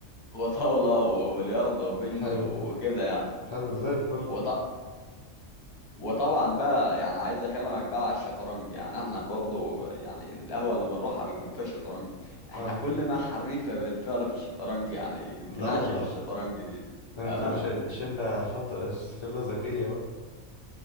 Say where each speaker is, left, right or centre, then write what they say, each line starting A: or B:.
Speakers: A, on the left; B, on the left.
A: وطاولة وبلياردو وبنج
B: حلو
A: وكده يعني
B: حلو زي الفل
A: وط... وطبعا بقى يعني عايز اكلمك بقى على الشطرنج يعني احنا برضو يعني القهوه اللي بنروحها بيكون فيها شطرنج احنا
B: اه
A: كلنا حريفه بالفعل في الشطرنج يعني
B: لا
A: بنعشق
B: والله
A: الشطرنج دي
B: ده انتوا
A: بامانه
B: شل... شلة شاطر شلة ذكية بقى